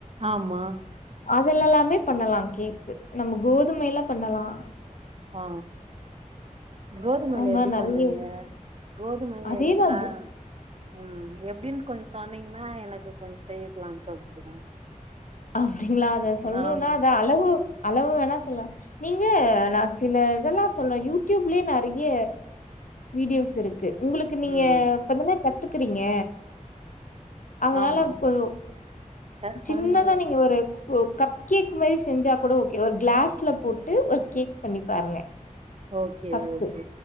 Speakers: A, on the right (about 45°); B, on the left (about 70°).
A: ஆமா
B: அதுல்ல எல்லாமே பண்ணலாம் கேக்கு நம்ம கோதுமைையல பண்ணலா
A: ஆ கோதுமைையில
B: அது மாரி
A: எப்டி
B: நெறைய
A: பண்ணுவீங்க கோதுமைல
B: அதேதா
A: எதுகுதா உம் எப்டின் கொஞ்ச சொன்னீங்கன்னா எனக்கு கொஞ்ச செய்யக்லா சொல்ட்டுதா
B: அப்டிங்களா அத சொல்லும்னா
A: ஆமா
B: அத அளவு அளவு வேணா சொல்ல நீங்க நா சில இதெல்லாம் சொல்ல யூடியூப்லயே நறைய வீடியோஸ் இருக்கு உங்களுக்கு நீங்க
A: ம்
B: இப்பதான கத்துக்கிறீங்க அதனால
A: ஆமா
B: போ
A: க
B: ஜின்னதா
A: கொஞ்ச
B: நீங் ஒரு கப் கேக் மாரி செஞ்சா கொட ஓகே ஒரு க்ளாஸ்ல போட்டு ஒரு கேக் பண்ணி பாருங்க
A: ஓகே
B: ப்ஸ்க்கு
A: ஓகே